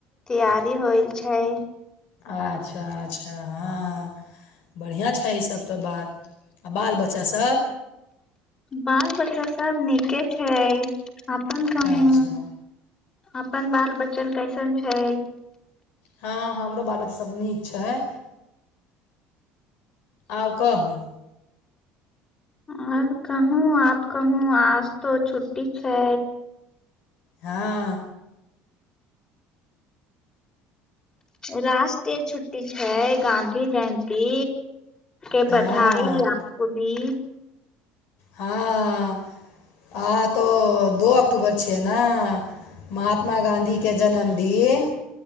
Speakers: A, on the left; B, on the left.
A: तैयारी होइल छै
B: अच्छा अच्छा हँ बढ़िआँ छै ई सब तऽ बात बाल बच्चा सभ
A: बाल बच्चा सब नीके छै अपन कहूँ
B: अच्छा
A: अपन बाल बच्चन कैसन छै
B: हँ हमरो बाल बच्चा सब नीक छै आउ कहू
A: आहाँ क कहू आप कहू आज तो छुट्टी छै
B: हँ
A: राष्ट्रीय छुट्टी छै गांधी जयन्ती के
B: हँ
A: बधाई आपको भी
B: हँ अहाँ तऽ दू अक्टूबर छियै ना महात्मा गाँधी के जन्मदिन